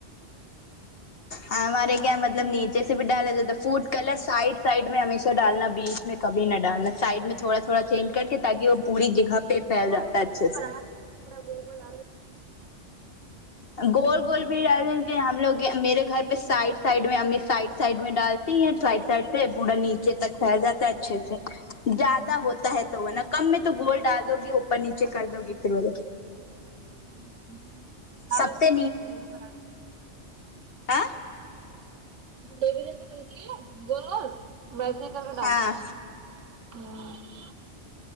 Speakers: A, on the left (about 55°); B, on the right (about 80°).
A: ہمارے کیا مطلب نیچے سے بھی ڈالا جاتا ہے فوٹ کلر سائڈ سائڈ میں ہمیشہ ڈالنا بیچ میں کبھی نہ ڈالنا سائڈ میں تھوڑا تھوڑا چینج کر کے تاکہ وہ پوری جگہ پہ پھیلاتا
B: گول گول
A: ہے اچھا
B: ہم بھی
A: سے
B: بنا دیتے ہیں پورا گول گول ڈال
A: گول گول بھی رہ کہ ہم لوگ میرے گھر پہ سائڈ سائڈ میں ہمیں سائڈ سائڈ میں ڈالتے ہیں سائڈ سائڈ سے پورا نیچے تک پھیلاتا ہے اچھے سے زیادہ ہوتا ہے تو وہ نا کم میں تو گول ڈال دو گی اوپر نیچے کر دو گی پھر وہھر
B: ہمم ہمم او
A: سب سے
B: جلدی جلیبی بناتے ہیں
A: آ
B: جلیبی دے تو بنتی ہے گول گول ویسے ہی کر کے
A: ہاں
B: ڈالتی ہیں ہوں